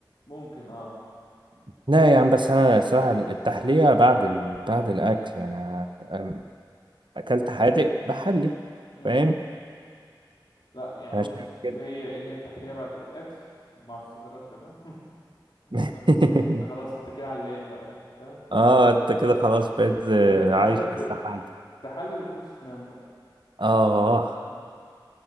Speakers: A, on the left (about 65°); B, on the right (about 75°).
A: ممكن اه
B: لا يا عم بس أنا الصراحة التحلية بعد ال... بعد الأكل يعني آه، أم- أكلت حادق بحلي
A: مم.
B: فاهم
A: لا يعني
B: عشان
A: بص
B: كده
A: هي هي التحلية بعد الأكل مع السيجارات تمام <laughs>
B: <laughs>
A: فاهم ازاي؟ انت خلاص انت كده عليت بقى انت فاهم
B: اه انت كده خلاص بقيت زي-
A: انت
B: عايش
A: كده
B: في السحاب
A: تحلي وتخش تنام بقى
B: اه
A: <laughs>